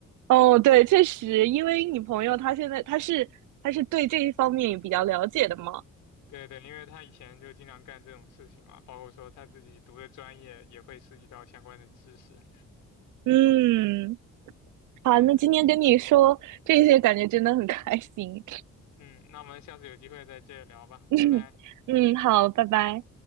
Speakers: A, on the right; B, on the left.
A: 哦，对，确实，因为你朋友他现在他是他是对这一方面也比较了解的嘛。
B: 对对，因为他以前就经常干这种事情嘛，包括说他自己读的专业也会涉及到相关的知识。
A: 嗯，好，
B: 对。
A: 那今天跟你说这些，感觉真的很开心。
B: 嗯，那我们下次有机会再接着聊吧，
A: <clears throat>
B: 拜拜。
A: 嗯，好，拜拜。